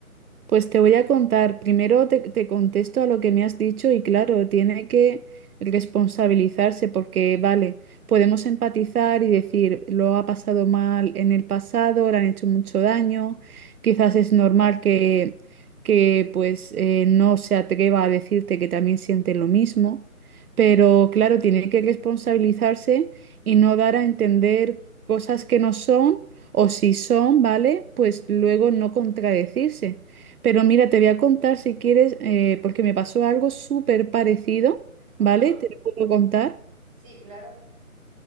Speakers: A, on the right (about 80°); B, on the right (about 25°).
A: Pues te voy a contar, primero te, te contesto a lo que me has dicho y claro, tiene que responsabilizarse porque, vale, podemos empatizar y decir, lo ha pasado mal en el pasado, le han hecho mucho daño, quizás es normal que, que pues eh, no se atreva a decirte que también siente lo mismo, pero claro, tiene que responsabilizarse y no dar a entender cosas que no son o si son, ¿vale? Pues luego no contradecirse. Pero mira, te voy a contar si quieres, eh, porque me pasó algo súper parecido,
B: Ujú.
A: ¿vale? Te lo puedo contar.
B: Sí, claro.